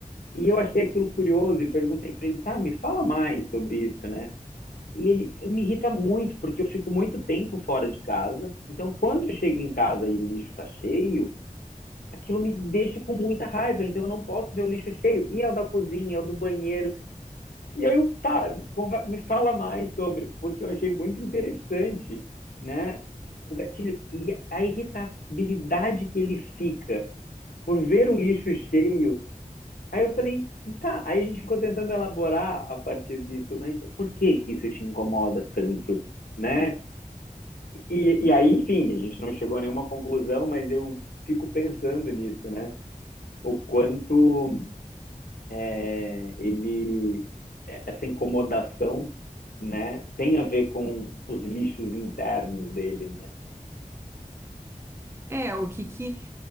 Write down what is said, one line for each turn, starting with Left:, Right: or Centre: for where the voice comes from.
Left: E eu achei aquilo curioso e perguntei para ele, tá, me fala mais sobre isso, né? E ele eu me irrita muito, porque eu fico muito tempo fora de casa, então quando eu chego em casa e o lixo está cheio, aquilo me deixa com muita raiva, então eu não posso ver o lixo cheio. E é o da cozinha, é o do banheiro, e aí eu, tá, me fala mais sobre, porque eu achei muito interessante, né, o gatilho e a irritabilidade que ele fica por ver um lixo cheio. Aí eu falei, tá, aí a gente ficou tentando elaborar a partir disso, mas por que que isso te incomoda tanto, né? E, e aí, enfim, a gente não chegou a nenhuma conclusão, mas eu fico pensando nisso, né? O quanto é, ele é, essa incomodação, né, tem a ver com os lixos internos dele, né?
Right: é, o que que